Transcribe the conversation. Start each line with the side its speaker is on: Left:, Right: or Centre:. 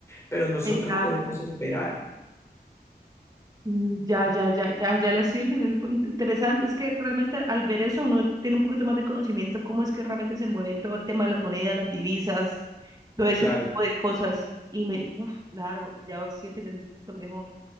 Left: Pero nosotros
Right: Exacto.
Left: podemos esperar,
Right: Mm, Ya, ya, ya, ya, ya la estoy entendiendo. un po- in- Interesante, es que realmente al ver eso uno tiene un poquito más de conocimiento cómo es que realmente se mueve todo el tema de las monedas, las divisas, todo ese
Left: claro.
Right: tipo de cosas. Y me, uf, claro, ya estoy entendiendo un poquito mejor.